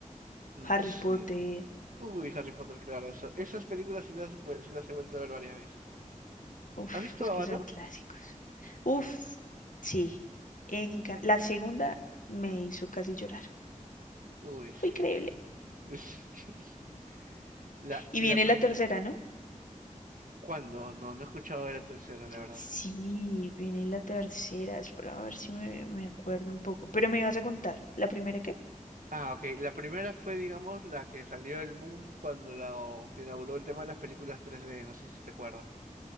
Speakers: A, on the right; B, on the left.
A: Mm,
B: Harry
A: Sí.
B: Potter,
A: Uy, Harry Potter, claro. eso- esas películas sí las, vuel- sí las he vuelto a ver varias veces.
B: uf,
A: ¿Has visto
B: es
A: Avatar?
B: que son clásicos. Uf, sí. encan- la segunda me hizo casi llorar.
A: Uy, sí.
B: Fue increíble.
A: <laughs> Sí. La,
B: Y
A: la
B: viene
A: primera...
B: la tercera, ¿no?
A: ¿cuándo? No, no he escuchado de la tercera, la verdad.
B: Sí, viene la tercera. Espera a ver si me, me acuerdo un poco. Pero me ibas a contar. ¿La primera qué?
A: Ah, ok. La primera fue, digamos, la que salió el boom cuando la- o se inauguró el tema de las películas tres d No sé si te acuerdas.